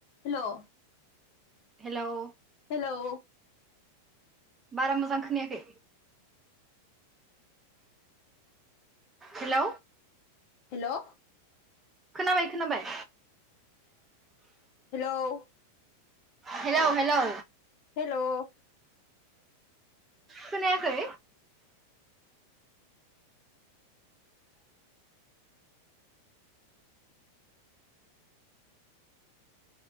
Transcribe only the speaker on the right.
hello,
बारा मोजां खोनायाखै हेलौ,
खोनाबाय खोनाबाय
हेलौ हेलौ,
खोनायाखै